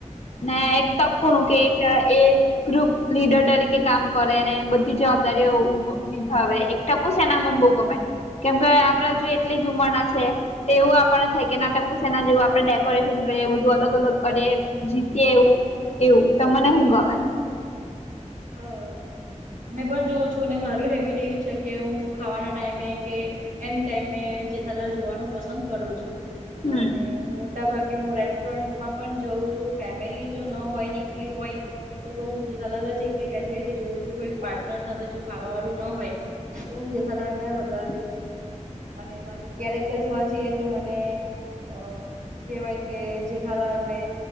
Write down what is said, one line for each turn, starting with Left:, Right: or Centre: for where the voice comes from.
Left: ને ટપુનું કેક
Right: હા.
Left: એ- ગ્રુપ લીડર તરીકે કામ કરેને બધી જવાબદારીઓભ નિભાવે. ટપુ છે એના મન બુ ગમે, કેમ કે આપડે જોઈએ એટલી જ ઉંમરના છે. તેવું આપણને થકી ના પૂછ ના જેવું આપડણે ડેકોરેશન કરીએ બધું અલગ અલગ કરીએ. જીતી એવું એવું ત મને શું ગમે?
Right: હા. મેં પણ જોઉં છું અનેને મારું હેબિટ એવી છે કે હું ખાવાના ટાઈમે કે. એની ટ જોવાનું પસંદ કરું છું,
Left: હમ
Right: અને મોટા ભાગે હું રેસ્ટોરન્ટમાં પણ જાઉં છું ફેમિલી જો ન હોય નીકળ હોય. તો હું જેઠાલાલ જ એકલી બેઠી બેઠી જોઉં છું કોઈ પાર્ટનર સાથે જો ખાવા વાળું ન હોય. તો હું જેથને વધારેેંદ કર. અને એમાં જો કેરેક્ટર જોવા જઈએ તો મને અ કહેવાય કે જેઠારને